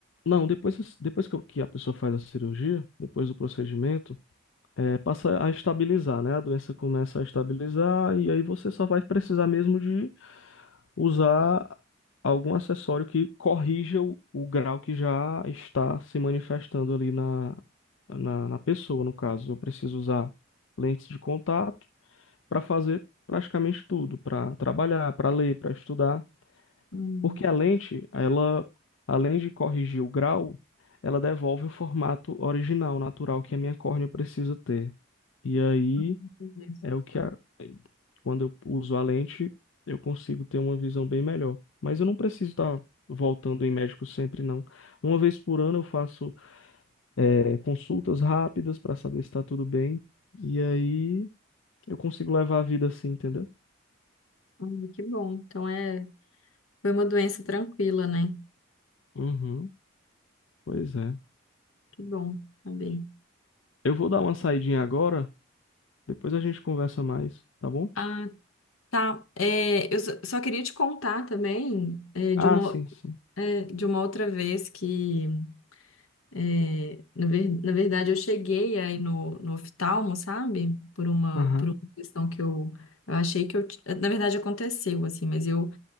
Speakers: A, on the left (about 70°); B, on the left (about 85°).
A: Não, depois, depois que, eu- que a pessoa faz a cirurgia, depois do procedimento. é, passa a estabilizar, né? A doença começa a estabilizar e aí você só vai precisar mesmo de usar algum acessório que corrija o, o grau que já está se manifestando ali na, na, na pessoa, no caso. Eu preciso usar lentes de contato para fazer praticamente tudo, para trabalhar, para ler, para estudar,
B: Hum,
A: porque a lente, ela, além de corrigir o grau, ela devolve o formato original, natural que a minha córnea precisa ter. E aí
B: entendi.
A: é o que a- quando eu uso a lente, eu consigo ter uma visão bem melhor. Mas eu não preciso estar voltando em médico sempre, não. Uma vez por ano eu faço é, consultas rápidas para saber se está tudo bem. E aí eu consigo levar a vida assim, entendeu?
B: Hum, que bom. Então é, foi uma doença tranquila, né?
A: Uhum, pois é.
B: Que bom saber.
A: Eu vou dar uma saidinha agora, depois a gente conversa mais, tá bom?
B: Ah, Tá, é, eu só só queria te contar também é,
A: Ah,
B: de uma,
A: sim, sim.
B: é, de uma outra vez que, é, na, ver- na verdade, eu cheguei aí no, no oftalmo, sabe? Por uma,
A: Aham,
B: por uma questão que eu, eu achei que eu... ti- Na verdade, aconteceu, assim, mas eu,